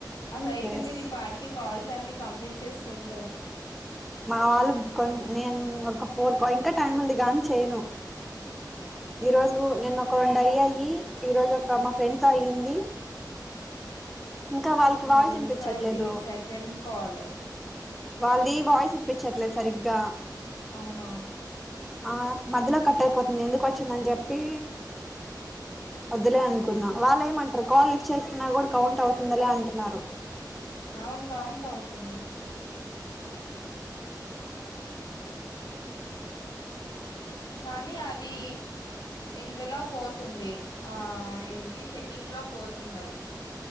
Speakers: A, on the left; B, in the centre.
A: అలా అయితే
B: ఎస్
A: మీరు ఈ పాటికి కాల్ క్స్ అన్ని కంప్లీట్ చేసింటారు
B: మా వాళ్ళు కొన్ నేను ఒక ఫోర్ కో ఇంకా టైం ఉంది గా అని చేయను ఈ రోజు నిన్నా ఒక రెండు అయ్యాయి ఈరోజు ఒక మా ఫ్రెండ్ తో అయ్యింది ఇంకా వాళ్ళకి
A: నాది
B: వాయిస్ వినిపించట్లేదు
A: ఇంకా ఇది సెకండ్ కాల్
B: వాళ్ళది వాయిస్ వినిపించట్లేదు సరిగ్గా
A: అవునా
B: ఆ మధ్యలో కట్ అయిపోతుంది ఎందుకు వచ్చి వచ్చిందని చెప్పి వద్దులే అనుకున్నా వాళ్ళు ఏమంటారు కాల్ లిప్ట్ చేసిన కూడా కౌంట్ అవుతుందలే అంటున్నారు.
A: అవును కవుంట్ అవుతుంది కానీ అది ఇందులో పోతుంది ఆ ఏంటి చెక్కింగ్ లో పోతుంది అది